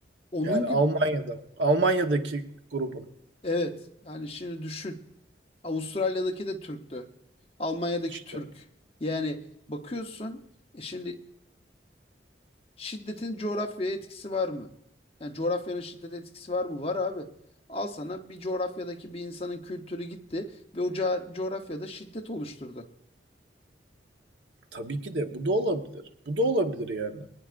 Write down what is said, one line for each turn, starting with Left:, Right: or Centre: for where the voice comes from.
Left: onun
Right: Yani
Left: gibi
Right: Almanya'da, Almanya'daki grubun
Left: evet yani şimdi düşün. Avustralya'daki de Türktü. Almanya'daki
Right: işte.
Left: Türk. Yani bakıyorsun e şimdi şiddetin coğrafyaya etkisi var mı? Yani coğrafyanın şiddete etkisi var mı? Var abi. Al sana bir coğrafyadaki bir insanın kültürü gitti ve o ca- coğrafyada şiddet oluşturdu.
Right: Tabii ki de bu da olabilir. Bu da olabilir yani.